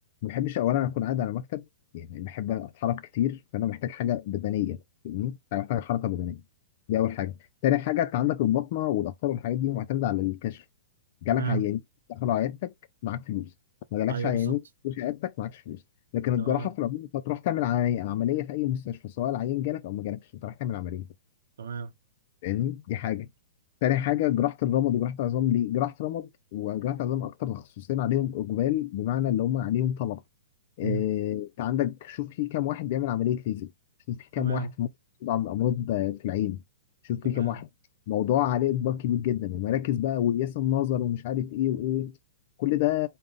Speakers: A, on the left; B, on the right.
A: بحبش اولا اكون قاعد على مكتب يعني بحب اتحرك كتير فانا محتاج حاجه بدنيه فاهمني؟ انا محتاج حركه بدنيه دي اول حاجه تاني حاجه انت عندك البطنه والاطفال والحاجات دي معتمده على الكشف جالك
B: تمام
A: عيانين دخلوا عيادتك معاك فلوس ما جالكش
B: ايوه
A: عيانين
B: بالظبط
A: مش عيادتك معاكش فلوس لكن الجراحه
B: تمام
A: في العموم انت هتروح تعمل عمليه عملية في اي مستشفى سواء العيان جالك او ما جالكش انت رايح تعمل عمليه
B: تمام
A: فاهمني دي حاجه تاني حاجه جراحه الرمد وجراحه العظام ليه جراحه رمد وجراحه عظام اكتر تخصصين عليهم اقبال بمعنى اللي هم عليهم طلب آه،
B: مم.
A: انت عندك شوف في كام واحد بيعمل عمليه ليزر شوف في كام
B: تمام
A: واحد في مصر بيطلع امراض آه، في العين شوف في
B: تمام
A: كام واحد موضوع عليه اقبال كبير جدا المراكز بقى وقياس النظر ومش عارف ايه وايه كل ده